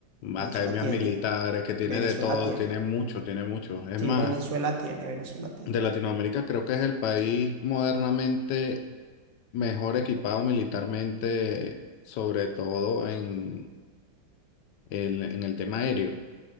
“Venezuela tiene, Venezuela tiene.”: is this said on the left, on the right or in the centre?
Right